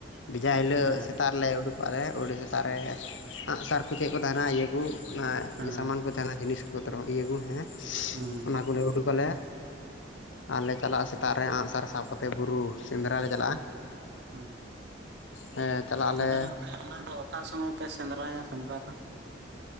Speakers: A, on the left; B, on the right.
A: ᱵᱮᱡᱟ ᱦᱤᱞᱟᱹᱜ
B: ᱦᱮᱸ
A: ᱥᱮᱛᱟᱜ ᱞᱮ ᱩᱰᱩᱠᱚᱜ-ᱟ ᱞᱮ ᱩᱰᱤ ᱥᱮᱛᱟᱜ ᱨᱮ ᱟᱜᱥᱟᱨ ᱠᱚ ᱪᱮᱫ ᱠᱚ ᱛᱟᱦᱮᱱᱟ ᱤᱭᱟᱹ ᱠᱚ ᱚᱱᱟ
B: ᱦᱮᱸ
A: ᱥᱟᱢᱟᱱ ᱠᱚ ᱡᱟᱦᱟᱱᱟᱜ ᱡᱤᱱᱤᱥ <unintelligible> ᱤᱭᱟᱹ ᱠᱚ ᱦᱮ
B: ᱦᱮᱸ
A: ᱚᱱᱟ ᱠᱚᱞᱮ ᱩᱰᱩᱠ ᱟᱞᱮ ᱟᱨ ᱞᱮ ᱪᱟᱞᱟᱜ-ᱟ ᱥᱮᱛᱟᱜ ᱨᱮ ᱟᱸᱜ ᱥᱟᱨ ᱥᱟᱵ ᱠᱟᱛᱮᱫ ᱵᱩᱨᱩ ᱥᱮᱸᱫᱽᱨᱟ ᱞᱮ ᱪᱟᱞᱟᱜ-ᱟ
B: ᱦᱮᱸ
A: ᱦᱮ ᱪᱟᱞᱟᱜ ᱟᱞᱮ
B: ᱛᱟᱦᱚᱞᱮ ᱜᱚᱝᱠᱮ ᱚᱱᱟ ᱫᱚ ᱚᱠᱟ ᱥᱚᱢᱚᱭ ᱯᱮ ᱥᱮᱸᱫᱽᱨᱟᱭᱟ ᱥᱮᱸᱫᱽᱨᱟ ᱫᱚ